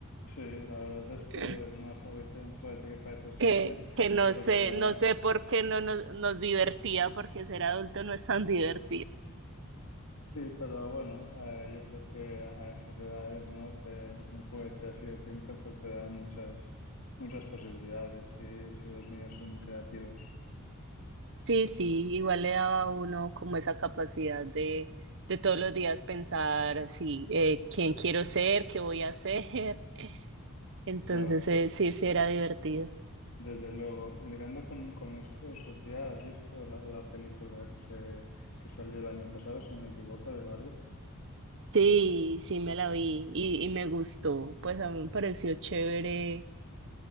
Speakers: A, on the left (about 75°); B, on the right (about 55°).
A: Sí, la verdad
B: <laughs>
A: es que es una juguete, un juguete que parece
B: Que,
A: simple,
B: que no
A: pero
B: sé,
A: que da...
B: no sé por qué no nos, nos divertía, porque ser adulto no es tan divertido.
A: Sí, pero bueno, eh, yo creo que a esas edades, ¿no? Te- un juguete así de simple, pues te da muchas, muchas posibilidades si, si los niños son creativos.
B: Sí, sí, igual le daba a uno como esa capacidad de, de todos los días pensar, sí, eh, quién quiero ser, qué voy a hacer. <laughs> Entonces,
A: Claro,
B: eh, sí, sí era divertido.
A: desde luego. Ligando con, con esto, Sofía, ¿has visto la, la película que se, que salió el año pasado, si no me equivoco, de Barbie?
B: Sí, sí me la vi y, y me gustó. Pues a mí me pareció chévere